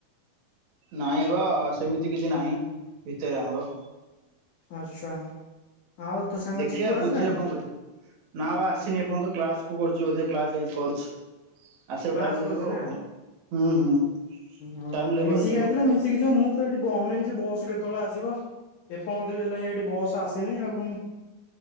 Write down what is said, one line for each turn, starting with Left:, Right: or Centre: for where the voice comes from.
Right: ନାଇଁ ବା ସେମିତି କିଛି ନାହିଁ ଭିତରେ ଆମର।
Left: ଆଚ୍ଛା। ଆଉ ତୋ ସାଙ୍ଗ
Right: ଦେଖିଆ
Left: ଚିକୁ ଆସିଲାଣି
Right: ବୁଝିଆ କଣ କରିଆ, ନା ବା ଆସିନି ଏପର୍ଯ୍ୟନ୍ତ କ୍ଲାସକୁ କରୁଛି ବୋଧେ। କ୍ଲାସ ଯାଇଛି କରୁଛି। ଆସିବାକୁ
Left: କ୍ଲାସ୍
Right: ଟାଇମ ଲାଗିବ
Left: କରୁଛି
Right: ଆଉ
Left: ନା,
Right: କଣ ହୁଁ ହୁଁ
Left: ଉଁ
Right: ଟାଇମ ଲାଗିବ
Left: ମିଶିକି
Right: ଆସିବାକୁ।
Left: ଆଇଥିଲେ ମିଶିକି ଯିବା ମୁଁ ତ ଏଠି ବନେଇଛି ବସ୍ କେତେ କେତେବେଳେ ଆସିବ ଏପର୍ଯ୍ୟନ୍ତ ବି ହେଲାଣି ଏଇଠି ବସ୍ ଆସିନି ଆଉ ପୁଣି